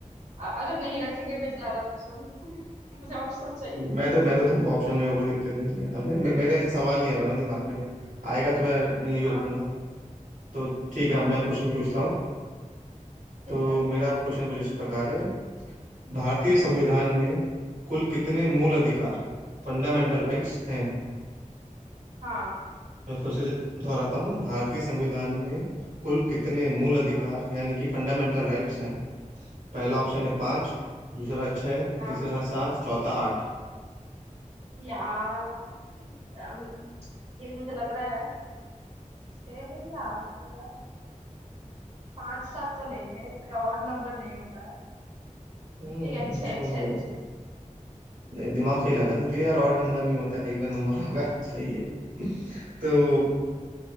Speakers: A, on the right; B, on the right.
A: अ- अगर नहीं रखेंगे मैं ज्यादा खुश होंगी मुझे ऑप्शन चाहिए
B: मैं तो मैं तो दूंगा ऑप्शन में वो कोई दिक्कत नहीं है अब मेरे, मे- मेरे ऐसा सवाल नहीं आ रहा ना दिमाग में आएगा तो मैं नहीं भी
A: हाँ
B: रखूंगा तो ठीक
A: हाँ
B: है अब मैं क्वेश्चन
A: ठीक
B: पूछता हूँ
A: ठीक
B: तो
A: है
B: मेरा क्वेश्चन कुछ इस प्रकार है भारतीय संविधान
A: हम्म
B: में कुल कितने मूल
A: हम्म
B: अधिकार फंडामेंटल राइट्स हैं
A: हाँ
B: मैं फिर से दोहराता हूँ भारतीय संविधान में कुल कितने मूल अधिकार
A: हाँ
B: यानी कि फंडामेंटल राइट्स हैं पहला ऑप्शन
A: ठीक
B: है पाँच
A: है
B: दूसरा छः
A: हाँ
B: तीसरा सात चौथा
A: हम्म,
B: आठ
A: यार अम, ये मुझे लग रहा है छह है या आठ है यार पांच सात तो नहीं है ऑड नंबर नहीं होता है
B: हम्म
A: ठीक है छह
B: ओहो
A: छह छह
B: नहीं, दिमाग सही लगा लेती है यार ऑड नंबर
A: छह
B: नहीं होता है इवन नंबर होगा <laughs> सही है तो